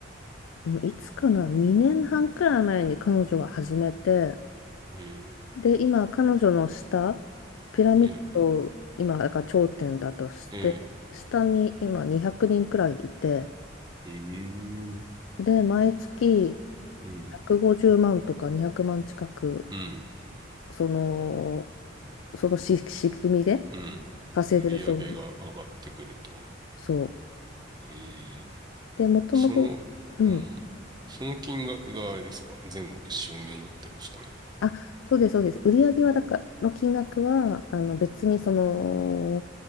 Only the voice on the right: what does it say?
えー、
え
ー、え
ー、うーん、
うん、うん、
うん。
売り上げが上がってくると。
えー
その、
うん。その金額があれですか全部収入になってるんですかね。